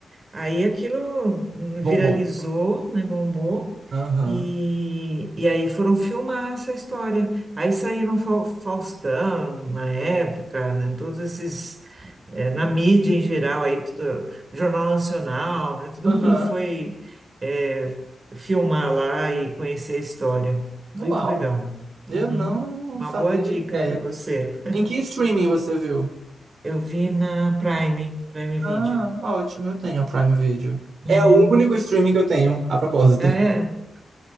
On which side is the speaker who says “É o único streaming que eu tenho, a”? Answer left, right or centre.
Right